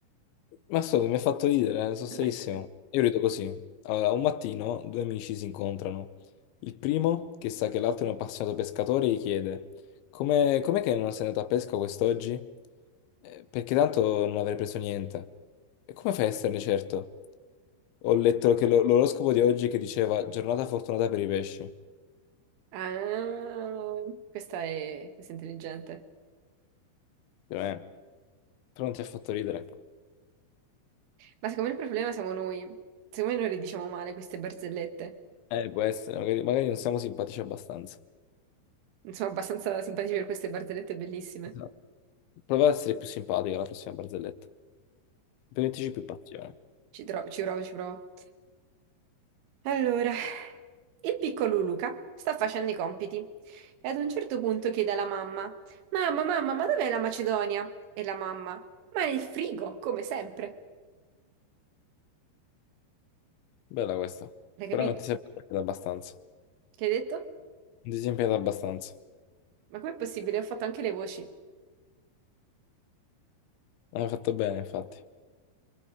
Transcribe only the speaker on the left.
Ma scusa, mi ha fatto ridere, eh, sono serissimo.
Io rido così. Allora, un mattino due amici si incontrano. Il primo, che sa che l'altro è un appassionato pescatore, gli chiede: Come, com'è che non sei andato a pesca quest'oggi? "Eh, Perché tanto non avrei preso niente. E come fai a esserne certo? Ho letto che lo- l'oroscopo di oggi che diceva giornata fortunata per i pesci.
Dico, "Eh, però non ti ha fatto ridere.
Eh, può essere, magari, magari non siamo simpatici abbastanza.
Esatto. Prova a essere più simpatica la prossima barzelletta. Mettici più passione.
Bella questa.
Però non ti sei impegnata abbastanza.
Non ti sei impegnata abbastanza.
Hai fatto bene, infatti.